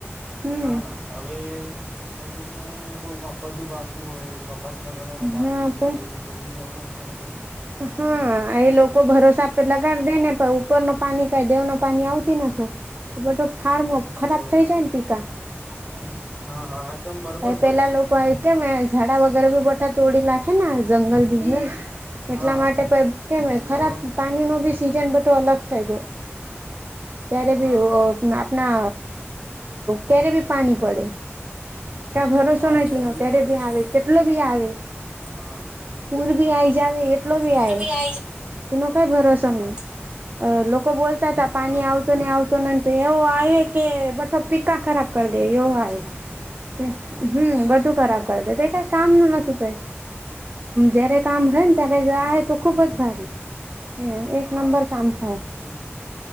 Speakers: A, on the right; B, on the right.
A: હમ.
B: હા ના હવે એ જોુ કે બ બધું બાકી હોય સ લગાડવાનું બાાગકી
A: હા
B: છે
A: પણ
B: એ બધું દેનાતા
A: હા એ લોકો ભરોસા આપેલા કર દે ને પ ઉપર ન પાણી ક દેવ ન પાણી આવતી નતો બ હાર ખરાબ
B: એવું
A: થઈ જાય ને ટીકા
B: <inaudible> બોલે
A: પેલા
B: છે
A: લોકો આ કેમ ઝાડા વગેરે બી બઠા તોડી નાખે જંગલ બંગલ
B: હા
A: એટલા માટે પણ કેમ
B: એ તો
A: ખરાબ પાણીનો બી સિઝન બધો અલગ થઈ ગય ક્યારે
B: હા
A: ભી આપણા ક્યારે ભી પાણી પડે. કા ભરોસો
B: હા
A: નહ તનો
B: બી
A: ક્યારે
B: પડે
A: ભી
B: છે
A: આવે કેટલો બી આવે
B: હા
A: પૂર ભી આવી જ આવે એટલો
B: છે
A: બીય
B: હા
A: તેનો કઈ ભરોસો
B: હા
A: નહી અ લોકો બોલતા હતા પાણી
B: હા હા
A: આવતું ને આવતો નથી એવો આવે કે બો પીકા
B: આવે
A: ખરાબ
B: છે
A: કર દ્યો
B: પછી
A: આય. હમ બધું ખરાબ કર દ તે કઈ કામનું નથી કઈ
B: એવું
A: જ્યારે કામ રહે
B: એટલે
A: તો ખુબ જ ભ
B: હા
A: એક નંબર કામ થાય.
B: એ